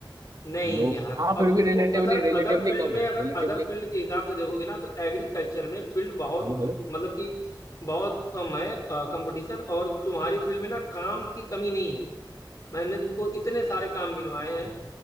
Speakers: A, on the left; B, on the right.
A: नहीं
B: लोग
A: यार
B: हाँ
A: अब
B: फिर भी
A: देखो
B: रिलेटिवली
A: अदर
B: रिलेटिवली
A: अदर फील्ड
B: कम
A: में
B: है
A: अगर
B: रिलेटिवली
A: अदर फील्ड के हिसाब से देखोगे ना तो एग्रीकल्चर में फील्ड बहुत
B: बोले बोले
A: मतलब कि बहुत कम है कंपटीशन और तुम्हारी फील्ड में ना काम की कमी नहीं है मैंने तुमको इतने सारे काम गिनवाए हैं
B: हाँ